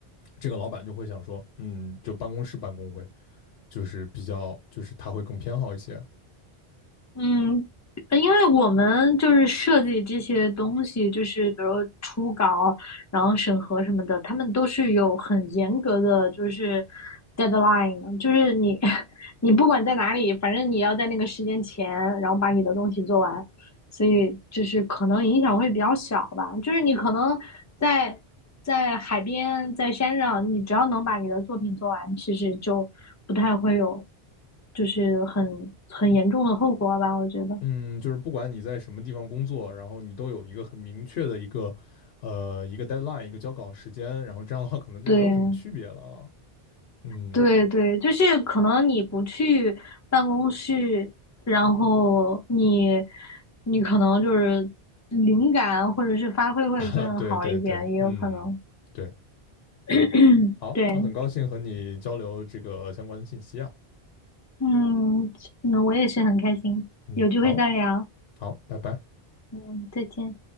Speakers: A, on the left; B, on the left.
A: 这个老板就会想说，嗯，就办公室办公会就是比较就是他会更偏好一些，
B: 嗯，呃因为我们就是设计这些东西，就是比如初稿，然后审核什么的，他们都是有很严格的就是 deadline 的就是你 <laughs> 你不管在哪里，反正你要在那个时间前，然后把你的东西做完。所以就是可能影响会比较小吧。就是你可能在在海边、在山上，你只要能把你的作品做完，其实就不太会有就是很很严重的后果吧。我觉得，
A: 嗯，就是不管你在什么地方工作，然后你都有一个很明确的一个，呃，一个 deadline，一个交稿时间，然后这样的话可能就没有什么区别了啊。
B: 对
A: 嗯，
B: 对对，就是可能你不去办公室，然后你你可能就是灵感或者是发挥会更好一点，
A: <laughs> 啊，对对对，
B: 也有可能。
A: 嗯，对，
B: <clears throat>
A: 嗯，好，
B: 对。
A: 那很高兴和你交流这个相关的信息啊。
B: 嗯，那我也是很开心，
A: 嗯，
B: 有机会再聊。
A: 好，好，拜拜。
B: 嗯，再见。